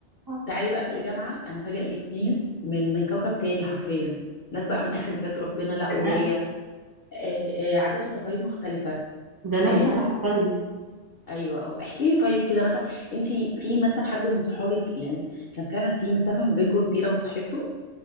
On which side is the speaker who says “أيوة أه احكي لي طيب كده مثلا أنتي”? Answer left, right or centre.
Left